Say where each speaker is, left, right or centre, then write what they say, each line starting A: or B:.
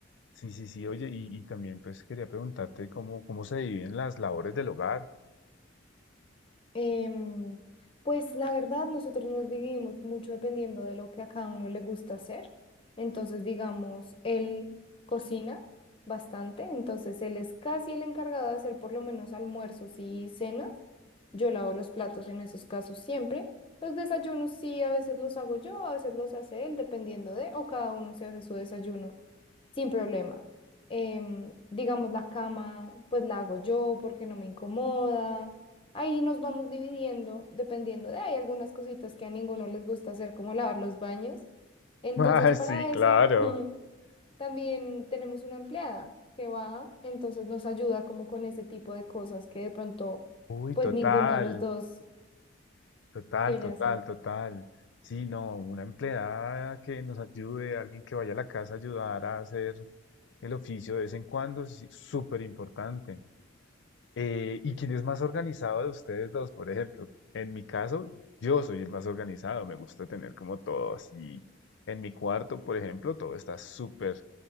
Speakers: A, on the left (about 65°); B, on the left (about 25°).
A: sí, sí, sí. Oye, y, y también pues quería preguntarte cómo, cómo se dividen las labores del hogar.
B: Em, pues la verdad, nosotros nos dividimos mucho dependiendo de lo que a cada uno le gusta hacer. Entonces, digamos, él cocina bastante, entonces él es casi el encargado de hacer por lo menos almuerzos y cenas. Yo lavo los platos en esos casos siempre. Los desayunos sí, a veces los hago yo, a veces los hace él, dependiendo de, o cada uno se hace su desayuno. Sin problema. Em, digamos, la cama, pues la hago yo porque no me incomoda. Ahí nos vamos dividiendo, dependiendo de, hay algunas cositas que a ninguno les gusta hacer, como lavar los baños. Entonces,
A: <laughs> Ah,
B: para
A: sí, claro.
B: eso, <laughs> también tenemos una empleada que va, entonces nos ayuda como con ese tipo de cosas que de pronto,
A: Uy,
B: pues
A: total,
B: ninguno de los dos
A: total,
B: quiere
A: total,
B: hacer.
A: total. Sí, no, una empleada que nos ayude, alguien que vaya a la casa a ayudar a hacer el oficio de vez en cuando, sí, súper importante. Eh, ¿y quién es más organizado de ustedes dos, por ejemplo? En mi caso, yo soy el más organizado, me gusta tener como todo así. En mi cuarto, por ejemplo, todo está súper